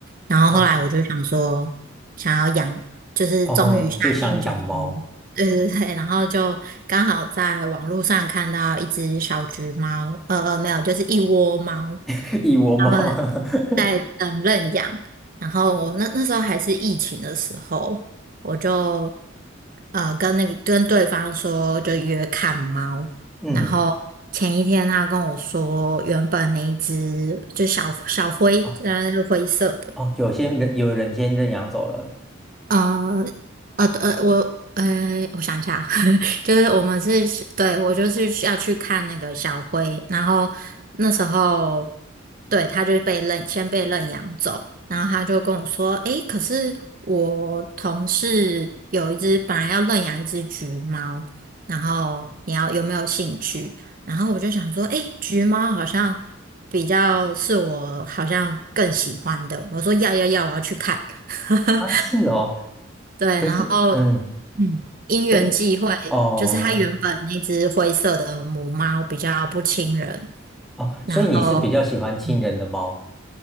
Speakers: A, on the right; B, in the centre.
A: 然后后来我就想说，
B: 哦
A: 想要养，就是终于下定决心，
B: 哦，就想养猫，
A: 对对对。然后就刚好在网络上看到一只小橘猫，呃呃，没有，就是一窝猫，
B: <laughs> 一窝猫。
A: 们。
B: <laughs>
A: 在等认养，然后我那那时候还是疫情的时候，我就呃跟那个跟对方说就约看猫，
B: 嗯，
A: 然后前一天他跟我说原本那一只就小小灰，
B: 哦
A: 那是灰色的。
B: 哦，有些人有人先认养走了
A: 呃呃呃，我呃，我想一下，<laughs> 就是我们是，对，我就是要去看那个小灰，然后那时候，对，他就被认，先被认养走，然后他就跟我说，诶，可是我同事有一只本来要认养一只橘猫，然后你要有没有兴趣？然后我就想说，诶，橘猫好像比较是我好像更喜欢的，我说要要要，我要去看。<laughs>
B: 啊，是哦。
A: 对，
B: 可是，
A: 然后
B: 嗯，
A: 嗯，因缘际会，
B: 可是哦
A: 就是它原本那只灰色的母猫比较不亲人，
B: 哦，
A: 然后
B: 所以你是比较喜欢亲人的猫
A: 嗯